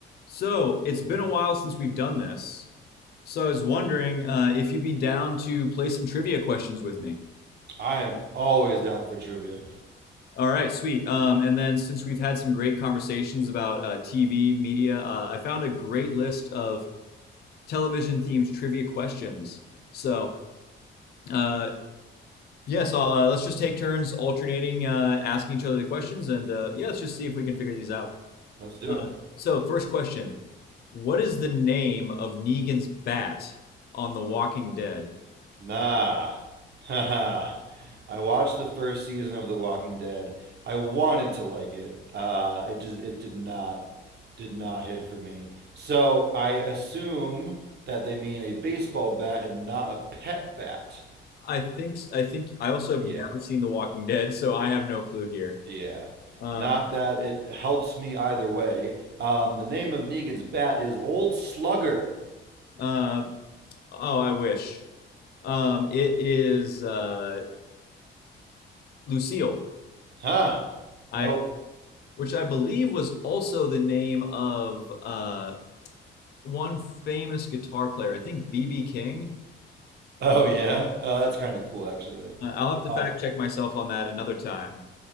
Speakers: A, on the left; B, on the right.
A: So it's been a while since we've done this. So I was wondering uh, if you'd be down to play some trivia questions with me.
B: I am always down for trivia.
A: All right, sweet. Um, and then since we've had some great conversations about uh, TV media, uh, I found a great list of television themed trivia questions. So uh, yeah, so uh, let's just take turns alternating uh, asking each other the questions, and uh, yeah, let's just see if we can figure these out.
B: Let's do
A: Uh,
B: it.
A: so first question: What is the name of Negan's bat on The Walking Dead?
B: Nah. Haha. <laughs> I watched the first season of The Walking Dead. I wanted to like it. Uh, it just it did not did not hit for me. So I assume that they mean a baseball bat and not a pet bat.
A: I think I think I also have
B: Yeah.
A: never seen The Walking Dead, so I have no clue here.
B: Yeah.
A: Uh,
B: Not that it helps me either way. Um, the name of Negan's bat is Old Slugger.
A: uh, oh, I wish. Um, it is uh, Lucille.
B: Huh.
A: I
B: Nope.
A: which I believe was also the name of uh, one famous guitar player. I think BB King.
B: Oh yeah, uh, that's kind of cool actually. Then,
A: Uh, I'll have to
B: uh,
A: fact check myself on that another time.